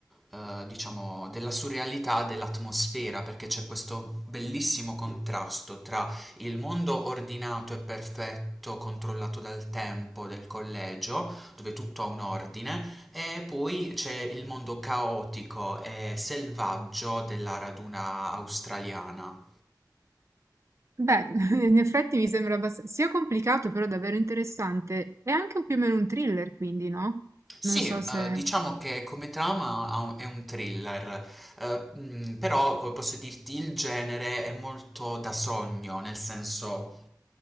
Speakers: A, in the centre; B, on the right (about 40°).
A: eh, diciamo, della surrealità dell'atmosfera, perché c'è questo bellissimo contrasto tra il mondo ordinato e perfetto controllato dal tempo del collegio, dove tutto ha un ordine, e poi c'è il mondo caotico e selvaggio della raduna australiana.
B: Beh, <laughs> in effetti mi sembra abbastanza sia complicato, però davvero interessante. È anche un più o meno un thriller, quindi, no?
A: Sì,
B: Non so se...
A: eh, diciamo che come trama ha un- è un thriller, eh, mm, però come posso dirti il genere è molto da sogno, nel senso